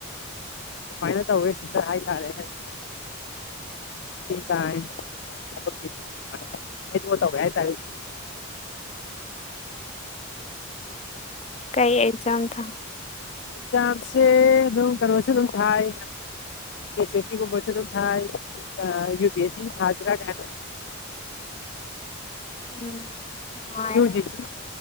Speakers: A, on the left (about 55°); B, on the left (about 30°).
A: ꯃꯥꯏꯅ ꯇ ꯑꯣꯏꯋꯦꯁꯤꯔ ꯍꯥꯏ ꯇꯔꯦ ꯍꯥꯏ ꯤ ꯇꯥꯏ ꯊꯕꯛꯃꯅ ꯍꯥꯏꯗꯑ ꯇꯧꯋꯦ ꯍꯥꯏꯇꯥꯔꯦ ꯁꯤ
B: <unintelligible> ꯀꯩ ꯑꯦꯛꯖꯝ ꯊꯥ
A: ꯑꯦꯖꯥꯝꯁꯦ ꯑꯗꯨꯝ ꯀꯔꯣꯁꯨ ꯑꯗꯨ ꯊꯥꯏ ꯑꯦꯁ ꯑꯦ ꯁꯤ ꯀꯨꯝꯕꯁ ꯑꯗꯨꯝ ꯊꯥꯏ ꯌꯨ ꯄ ꯑꯦꯁ ꯁꯤ ꯊꯖꯔ ꯀ ꯌ
B: ꯎꯝ ꯅꯨꯡꯉꯥꯏꯔꯦ
A: ꯌꯨꯖꯤꯁꯤ